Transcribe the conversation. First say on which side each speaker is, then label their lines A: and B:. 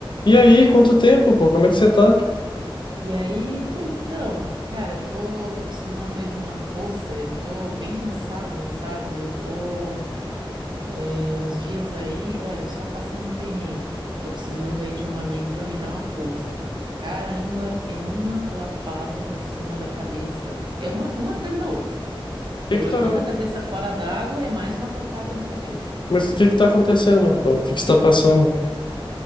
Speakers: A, on the left; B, on the right.
A: E aí, quanto tempo, pô? Como é que você tá? O
B: E aí, pois então, cara, tô, tô precisando aí de uma força, eu tô bem cansada, sabe? Eu tô é, uns dias aí, olha, só passando perrengue. Eu tô precisando aí de um amigo pra me dar uma força. Caramba, é uma lapada em cima da cabeça, é uma, uma atrás da outra.
A: que
B: Eu
A: que
B: levanto
A: tá...
B: a cabeça fora d'água, é mais uma pancada na cabeça.
A: Mas o que que tá acontecendo, pô? O que que você tá passando?